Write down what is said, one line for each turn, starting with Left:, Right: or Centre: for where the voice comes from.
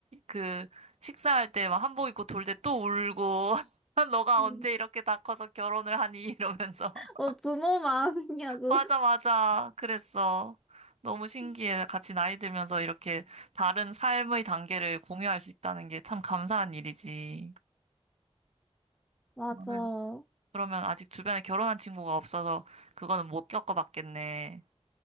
Right: 그, 식사할 때 막 한복 입고 돌 때 또 울고, <laughs> 너가
Centre: 음.
Right: 언제 이렇게 다 커서 결혼을 하니? 이러면서. <laughs>
Centre: 어, 부모 마음이냐고.
Right: 맞아, 맞아. 그랬어. 너무 신기해.
Centre: <laughs>
Right: 같이 나이 들면서 이렇게 다른 삶의 단계를 공유할 수 있다는 게 참 감사한 일이지.
Centre: 맞아.
Right: 나는 그러면 아직 주변에 결혼한 친구가 없어서 그거는 못 겪어봤겠네.